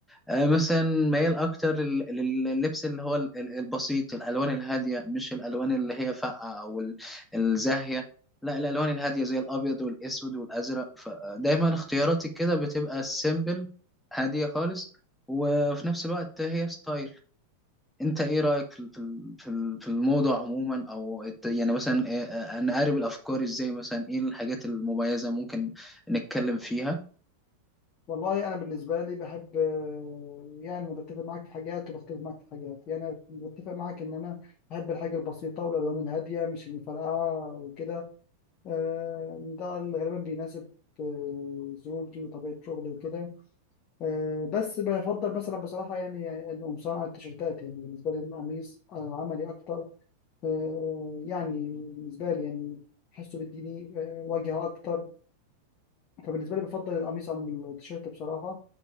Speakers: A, in the centre; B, on the left.
A: آه، مثلا ميال أكتر لل- لللبس اللي هو ال- ال- البسيط الألوان الهادية مش الألوان اللي هي فاقعة أو ال- الزاهية لا الالوان الهاديه زي الابيض والاسود والازرق فدايما اختياراتي كده بتبقى سيمبل هاديه خالص وفي نفس الوقت هي ستايل انت ايه رايك في ال- في ال- في ال- في الموضه عموما او الت- يعني مثلا إيه- آه، نقارب الافكار ازاي مثلا ايه الحاجات المميزه ممكن نتكلم فيها
B: والله انا بالنسبه لي بحب آه، يعني أنا بتفق معاك في حاجات وبختلف معاك في حاجات يعني أنا بتفق معاك ان انا بحب الحاجه البسيطه والالوان الهاديه مش المفرقعه وكده آه، ده اللي غالبا بيناسب آه، زوجي وطبيعة شغلي وكده آه، بس بفضل مثلا بصراحة يعني القمصان على التيشيرتات يعني بالنسبة لي القميص آه، عملي أكتر آه، يعني بالنسبة لي يعني بحسه بيديني آه، واجهة أكتر فبالنسبة لي بفضل القميص عن التيشيرت بصراحة